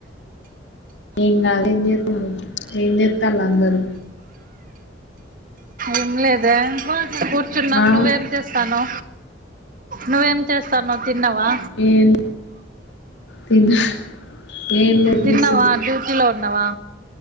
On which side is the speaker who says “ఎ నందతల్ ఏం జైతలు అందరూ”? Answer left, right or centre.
Left